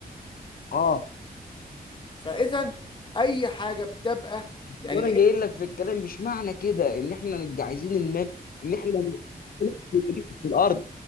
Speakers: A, on the left (about 65°); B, on the left (about 30°).
A: اه
B: فاذا اي حاجة بتبقى يعني
A: وانا جاي لك في الكلام مش معنى كده ان احنا نبقى عايزين المال ان احنا نجيب في الارض